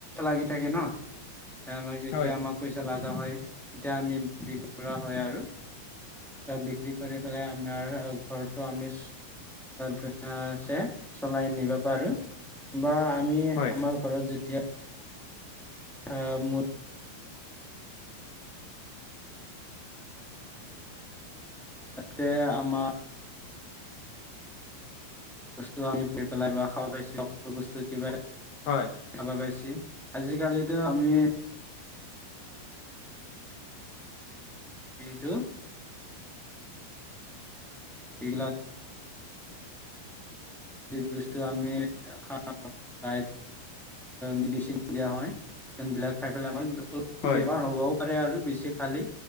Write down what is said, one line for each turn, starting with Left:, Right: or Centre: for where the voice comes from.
Centre: লাগি থাকে ন আমাক যেতিয়া
Left: হয়,
Centre: আমাক পইচা লগা হয় তেতিয়া আমি বিক্ৰী কৰা হয় আৰু বিক্ৰী কৰে ফালে আমাৰ ঘৰৰতো আমি ধুনছে চলাই নিবা পাৰু বা আমি
Left: হয়, হয়,
Centre: আমাৰ ঘৰত যেতিয়া অ মোৰ তে আমাৰ বস্তু আমি প পেলাই বা খাব পাইছোকল বস্তু কিবা
Left: হয়
Centre: চাবা পাইছি আজিকালিতো আমি এইটো িক যি বস্তু আমি গহত মেডিচিন দিয়া হয় যেনবিলাক খাই পেলাই আমাৰ অলপ
Left: হয়,
Centre: বেমাৰ হ'বও আৰু বেছি খালি